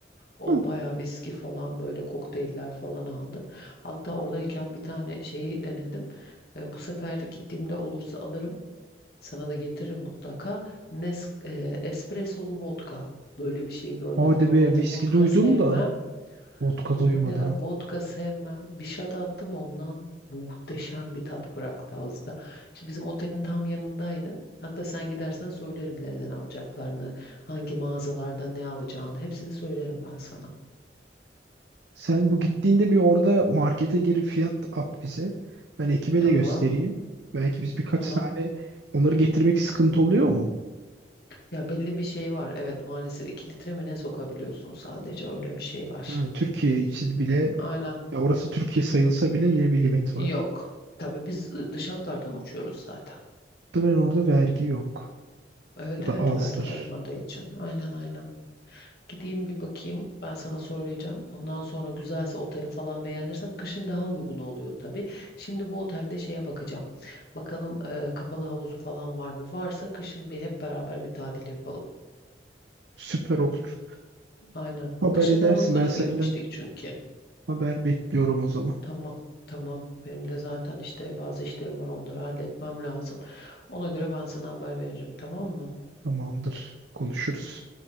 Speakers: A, on the left (about 60°); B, on the right (about 80°).
A: O
B: Hı.
A: bayağı viski falan böyle kokteyller falan aldı. Hatta oradayken bir tane şeyi denedim. E, bu sefer gittiğimde olursa alırım. Sana da getiririm mutlaka. Nes e, espressolu vodka. Böyle bir şey görmedim.
B: Hadi
A: Normalde
B: be viski
A: vodka
B: duydum
A: sevmem.
B: da vodka
A: Normalde
B: duymadım.
A: vodka sevmem. Bir shot attım ondan muhteşem bir tat bıraktı ağızda. İşte bizim otelin tam yanındaydım. Hatta sen gidersen söylerim nereden alacaklarını, hangi mağazalardan ne alacağını. Hepsini söylerim ben sana.
B: Sen bu gittiğinde bir orada markete girip fiyat at bize. Ben ekibe
A: Tamam,
B: de göstereyim. Belki biz birkaç
A: tamam.
B: tane onları getirmek sıkıntı oluyor mu?
A: Ya belli bir şey var. Evet maalesef 2 litre mi ne sokabiliyorsun sadece öyle bir şey var.
B: Ha, Türkiye için bile
A: Aynen.
B: ya orası Türkiye sayılsa bile yine bir limit
A: Yok.
B: var.
A: Tabii biz ı, dış hatlardan uçuyoruz zaten.
B: Muhtemelen orada vergi yok
A: Evet
B: ya da
A: evet
B: azdır.
A: vergi olmadığı için. Aynen aynen. Gideyim bir bakayım. Ben sana söyleyeceğim. Ondan sonra güzelse oteli falan beğenirsem kışın daha uygun oluyor tabii. Şimdi bu otelde şeye bakacağım. Bakalım e, kapalı havuzu falan var mı? Varsa kışın bir hep beraber bir tatil yapalım.
B: Süper olur.
A: Aynen.
B: Haber
A: Kışın
B: edersin
A: daha uyguna
B: ben senden
A: gitmiştik çünkü.
B: Haber bekliyorum o zaman.
A: Tamam. Tamam. Benim de zaten işte bazı işlerim var. Onları halletmem lazım. Ona göre ben sana haber veririm. Tamam mı?
B: Tamamdır. Konuşuruz.